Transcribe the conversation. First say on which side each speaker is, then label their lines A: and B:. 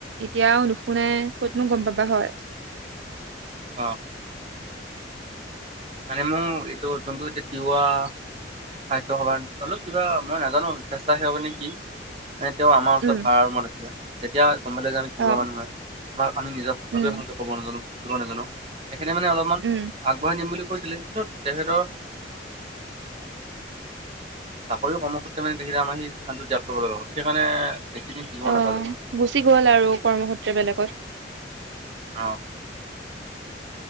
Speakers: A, on the right (about 80°); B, on the right (about 35°).
A: এতিয়া আৰু নুশুনাই ক'তনো গম পাবা হয়।
B: অঁ মানে মোৰ এইটো যোনটো এতিয়া তিৱা, সাহিত্য সভাৰ অলপ কিবা মই নাজানো স্বেচ্ছাসেৱক নে কি? ন তেওঁ আমাৰ ওচৰত
A: উম
B: ভাড়া ৰুমত আছিলে তেতিয়া গম পালে যে আমি তিৱা
A: অ
B: মানুহ হয়, আমাৰ আমি নিজৰ ভষাটোৱে
A: উম
B: ভালকে কব নাজানো <unintelligible> নাযানো সেইকাৰণে মানে অলপমান
A: উম
B: আগবঢ়াই নিম বুলি কৈছিলে কিন্তু তেহেতৰ চাকৰিও কৰ্ম সূত্ৰে মে তেখেতে আমাৰ সেই স্হানটো ত্যাগ কৰিব লগা হ'ল সেইকাৰণে বেছি দিন শিকিব
A: অঁ,
B: নাপালো।
A: গুচি গ'ল আৰু কৰ্মসূত্ৰ বলেকত
B: আহহ